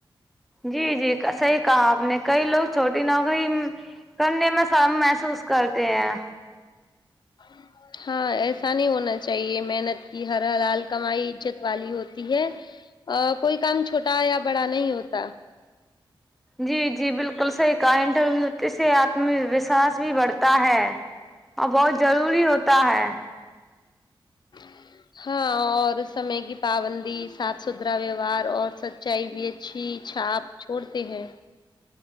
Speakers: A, in the centre; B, on the left.
A: جی جی صحیح کہا آپ نے کئی لوگ چھوٹی نوکری کرنے میں شرم محسوس کرتے ہیں
B: <inaudible> ہاں ایسا نہیں ہونا چاہیے محنت کی ہر حلال کمائی عزت والی ہوتی ہے آ کوئی کام چھوٹا یا بڑا نہیں ہوتا
A: جی جی بالکل صحیح کہ انٹرویو سے آتم ووشواس بھی بڑھتا ہے اور بہت ضروری ہوتا ہے
B: <inaudible> ہاں اور سمے کی پابندی صاف ستھرا ویوہار اور سچائی بھی اچھی چھاپ چھوڑتے ہیں